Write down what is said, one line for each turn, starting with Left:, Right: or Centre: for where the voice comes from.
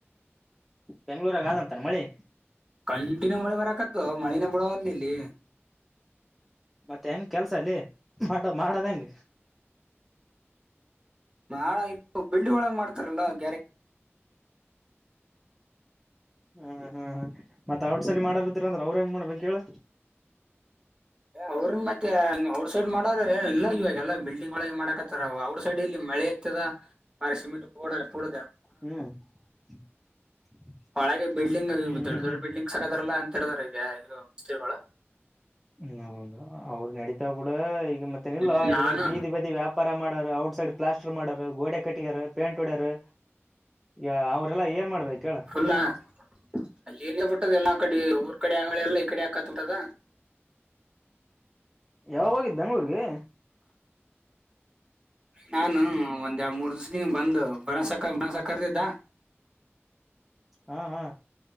Centre: ಬೆಂಗ್ಳೂರಾಗ ಆದಂತಾನ ಮಳಿ
Right: ಕಂಟಿನ್ಯೂ ಮಳಿ ಬರಕತ್ತು ಮಳಿನ <unintelligible> ಬಳ ಅಲ್ ಇಲ್ಲಿ
Centre: ಮತ್ತೆ ಹೆಂಗ್ ಕೆಲ್ಸ ಅಲ್ಲಿ ಮಾಡ ಮಾಡದ ಹೆಂಗ
Right: ನಾಳ ಇತ್ತು ಬಿಲ್ಡ್ ಒಳಗೆ ಮಾಡ್ತಾರಲ್ಲ ಗ್ಯಾರೆ
Centre: ಹ್ಮ್ ಹ್ಮ್ ಹ ಮತ್ ಔಟ್ ಸೈಡ್ ಮಾಡಾರಿದ್ರ ಅಂದ್ರ ಅವ್ರ ಹೆಂಗ್ ಮಾಡ್ಬೇಕ್ ಹೇಳ
Right: ಅವ್ರನ್ ಮತ್ತೆಂಗ್ ಔಟ್ ಸೈಡ್ ಮಾಡ್ರೆ ಇಲ್ಲ ಇವಾಗಲ್ಲ ಬಿಲ್ಡಿಂಗ್ ಒಳಗ ಮಾಡಕತ್ತಾರ ಅವ ಅವ್ರ ಸೈಡ್ ಇಲ್ಲಿ ಮಳೆ <unintelligible> ದ ಮಾರಿ ಸಿಮೆಂಟ್ ಪೋಡರ್ೂಡ
Centre: ಹ್ಮ್ <unintelligible>
Right: ಒಳಗೆ ಬಿಲ್ಡಿಂಗ್
Centre: ಹ್ಮ್
Right: ದೊಡ್ಡ
Centre: ಹ್ಮ್
Right: ದೊಡ್
Centre: ಹ್ಮ್
Right: ಬಿಲ್ಡಿಂಗ್ ಸಾಕದಾರಲ್ಲ ಅಂತ ಹೇಳಿದಾರ <inaudible> ಈಗ ಈ ಮಳ
Centre: ಹ ಹೌದು ಅವ್ರ ನಡೀತಾವ ಬಿಡು ಈಗ ಮತ್ತೆ ನಿಲ್ಲ
Right: ಹ್ಮ್ ನಾನು
Centre: ಈಗ ಬೀದಿ ಬದಿ ವ್ಯಾಪ್ ಪರ ಮಾಡಾರು ಔಟ್ ಸೈಡ್ ಪ್ಲಾಸ್ಟರ್ ಮಾಡಾರ ಗೋಡೆ ಕಟ್ಟಗ್ಯಾರ ಪೇಂಟ್ ಹೊಡ್ಯಾರು ಈಗ ಅವ್ರಲ್ಲಾ ಏನ್ ಮಾಡ್ಬೇಕ ಹೇಳ
Right: ಫುಲ್ ಅಲ್ಲಿ ಏನ ಬಿಟ್ಟದ ಎಲ್ಲಾ ಕಡೆ ಊರ್ ಕಡೆ ಆಲ್ಲ ಈ ಕಡೆ ಹಾಕತ್ ಬಿಟ್ಟದ
Centre: ಯಾವಾಗ ಹೋಗಿದ್ದ್ ಬೆಂಗ್ಗಳೂರ್ರಿಗೆ
Right: ನಾನು ಒಂದ್ ಮೂರ್ ದಿವಸನ್ ಬಂದು <unintelligible> ಬರಸಕ ಬಸಕರ್ದಿದ್ದ
Centre: ಹಾ ಹಾ